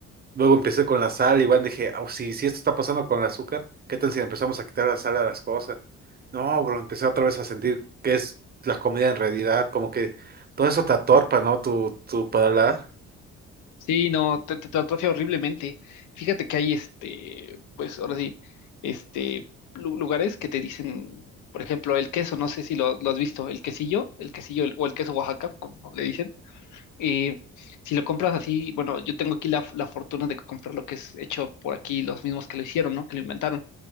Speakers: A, on the right; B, on the left.
A: Luego empecé con la sal, igual dije, "Au, si, si esto está pasando con el azúcar, ¿qué tal si le empezamos a quitar la sal a las cosas? No, bro, empecé otra vez a sentir que es la comida en realidad, como que todo eso te atorpa, ¿no? Tu, tu paladar.
B: Sí, no, te, te, te atrofia horriblemente. Fíjate que hay este, pues ahora sí, este, lu- lugares que te dicen, por ejemplo, el queso, no sé si lo, lo has visto, el quesillo, el quesillo el- o el queso Oaxaca, como le dicen. Eh, si lo compras así, bueno, yo tengo aquí la, la fortuna de comprar lo que es hecho por aquí, los mismos que lo hicieron, ¿no? Que lo inventaron